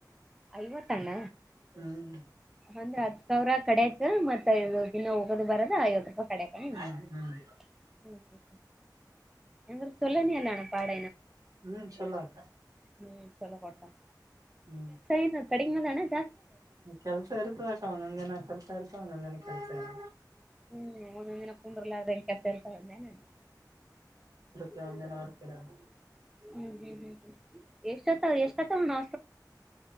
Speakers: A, in the centre; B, on the right.
A: ಐವತ್ತಣ್ಣ
B: ಹ್ಮ್
A: ಅಂದ್ರ ಹತ್ತ ಸಾವಿರ ಕಡೇಕ ಮತ್ತ ಇದು ಇನ್ನು. ಅದು ಬರದಾ ಐವತ್ತು ರೂಪಾಯಿ ಕಡಕ ಹ
B: ಹ್ಮ್ ಹ್ಮ್
A: ಹ ಅಂದ್ರ ಚಲೋನೆಅಲ್ಲ ಅಣ್ಣ ಪಾಡ
B: ಹ್ಮ್ ಚೊಲೋ ಅಕ್ಕ.
A: ಈ ಸಲ ಕೊಡ್ತಾರ.
B: ಹ್ಮ್
A: ಇದು ಕಡಿಮಾದಣ್ಣ.
B: ಕೆಲ್ಸ ಇರ್ತ ಅಷ್ಟೇ ಒಂದೊಂದ್ ದಿನ ಕೆಲ್ಸ ಇರ್ತ ಒಂದೊಂದ ದಿನ ಕೆಲ್ಸ ಇರ್
A: ಹ್ಮ್ ಒಂದೊಂದ ದಿನ ಕುಂದ್ರಲಾರ್ದೇ ಕೆಸ ಇರ್ತವನ್ದನ.
B: ಚಂದನ ಅವರ ಕಡೆಯವರ.
A: ಹ್ಮ್ ಹ್ಮ್ ಹ್ಮ್ ಹ್ಮ್ ಎಷ್ಟತ್ತ ಎಷ್ಟ ಹತ್ತಾವ ನೋ